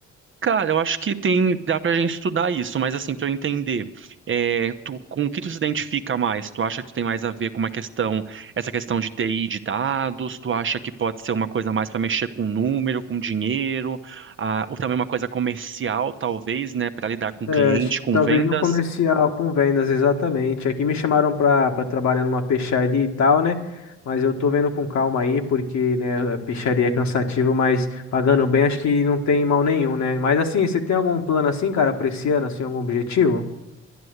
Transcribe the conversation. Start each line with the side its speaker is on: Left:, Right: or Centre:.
Right: Cara, eu acho que tem, dá pra gente estudar isso, mas assim, pra eu entender, é, tu- com o que tu se identifica mais? Tu acha que tu tem mais a ver com uma questão, essa questão de TI de dados? Tu acha que pode ser uma coisa mais pra mexer com número, com dinheiro, ah, ou também uma coisa comercial, talvez, né, Pra lidar com
Left: É,
Right: cliente,
Left: acho que
Right: com
Left: talvez
Right: vendas?
Left: no comercial com vendas, exatamente. Aqui me chamaram para trabalhar numa peixaria e tal, né? Mas eu tô vendo com calma aí, porque, né, a peixaria é cansativo, mas pagando bem, acho que não tem mal nenhum, né? Mas assim, você tem algum plano assim, cara, pra esse ano, assim, algum objetivo?